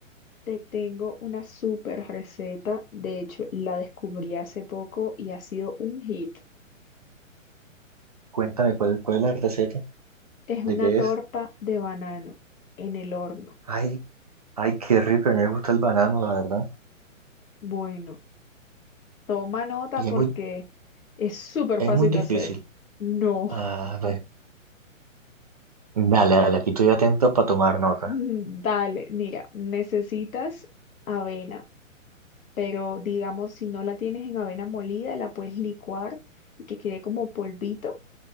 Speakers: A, on the left; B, on the right.
A: Te tengo una super receta, de hecho la descubrí hace poco y ha sido un hit.
B: Cuéntame cuál, cuál es la receta,
A: Es
B: de
A: una
B: qué
A: torta
B: es.
A: de banano en el horno.
B: Ay, ay, qué rico, a mí me gusta el banano, la verdad.
A: Bueno, toma nota
B: Y
A: porque
B: es muy,
A: es súper
B: es
A: fácil
B: muy difícil.
A: de hacer. No,
B: Ah, no Dale, dale, aquí estoy atento para tomar
A: <laughs>
B: nota.
A: dale, mira, necesitas avena. pero digamos, si no la tienes en avena molida, la puedes licuar y que quede como polvito.